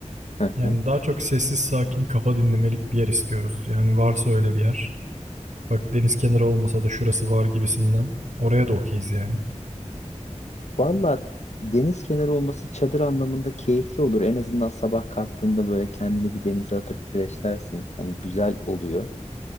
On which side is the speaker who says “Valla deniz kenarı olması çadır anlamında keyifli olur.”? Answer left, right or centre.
Left